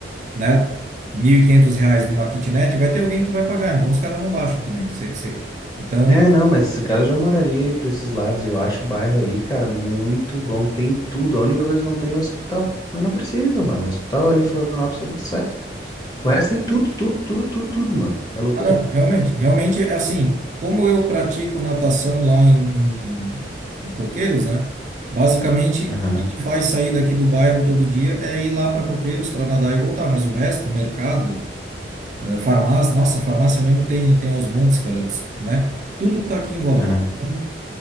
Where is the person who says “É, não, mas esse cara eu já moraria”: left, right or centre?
Left